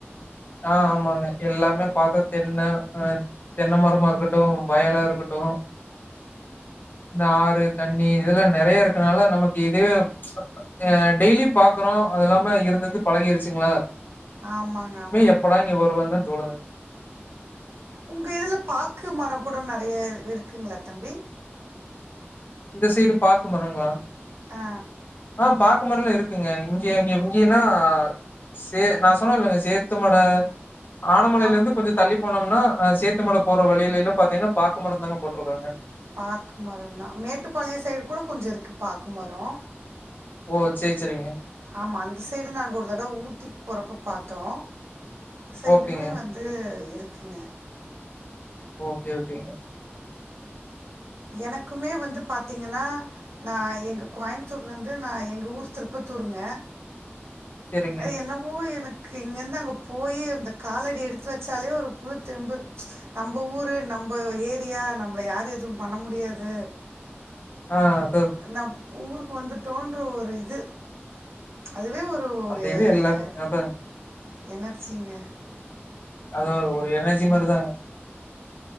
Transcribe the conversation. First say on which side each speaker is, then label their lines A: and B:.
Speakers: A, on the left; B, on the right.
A: ஆ ஆமாங்க எல்லாமே பாத்தா தென்ன அ தென்ன மரமா இருக்கட்டு வயலா இருக்கட்டு இந்த ஆறு தண்ணி இதெல்லா நெறைய இருக்கனால நமக்கு இதுவே ச்ச்அ டெய்லி பாக்குறோ அது இல்லாம இருந்திருந்து பழகிருச்சுங்ளா
B: ஆமாங்க ஆ
A: எப்படா இங்க வருவன் தா தோணுது <inaudible>
B: உங்க இதுல பாக்கு மரம் கூட நறைய இருக்குங்ளா தம்பி
A: இந்த சைடு பாக்கு மரங்களா
B: ஆ
A: ஆ பாக்கு மரல இருக் க்குங்க இங்க இங்க இங்கேன்னா சே நா சொன்னலங்க சேத்துமட ஆனமலையிலந்து
B: ஆம்
A: கொஞ்சோ தள்ளி போனோம்னா ஆ சேத்துமட போற வழியிலேல்ல பாத்தீங்ன்னா பாக்கு மரோ தாங்க போட்ருக்காங்க
B: பாக்கு மரோ ந்தா மேட்டுப்பாளையு சைடு கூட கொஞ்சோ இருக்கு பாக்கு மரோ
A: ஓ சேரி சேரிங்க
B: ஆமா அந்த சைடு நாங் ஒரு தடவ ஊட்டிக் போறப்போ பாத்தோ சைடுமே
A: ஓகேங்க
B: வந்து இரு குங்க
A: ஓகே ஓகேங்க
B: எனக்குமே வந்து பாத்தீங்கன்னா நா எங்க கோய்ம்த்தூர்லேந்து நா எங்க ஊர் திருப்பத்தூருங்க
A: சேரிங்க
B: அ என்னவோ எனக்கு இங்கந்து அங்க போயி இந்த காலடி எடுத்து வெச்சாலே ஒரு புது தெம்பு நம்ப ஊரு நம்ப ஏரியா நம்ள யாரு எதுவு பண்ண முடியாது
A: அ
B: ந ஊர்க் வந்துடோன்ற ஒரு இது அதுவே ஒரு ஒரு
A: அந்த இது
B: எ
A: எல்லாருக்கும்
B: எ
A: அதா
B: எனர்ஜீங்க
A: அது ஒரு ஒரு எனர்ஜி மாதிரிதாங்க